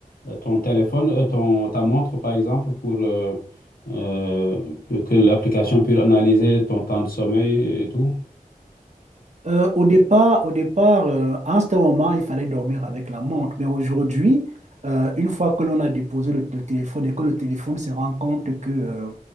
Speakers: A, on the left; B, on the right.
A: euh, ton téléphone, euh, ton, ta montre, par exemple, pour euh, euh, que, que l'application puisse analyser ton temps de sommeil et tout.
B: Euh, au départ, au départ euh, à un certain moment, il fallait dormir avec la montre. Mais aujourd'hui, euh, une fois que l'on a déposé le, le téléphone et que le téléphone se rend compte que euh,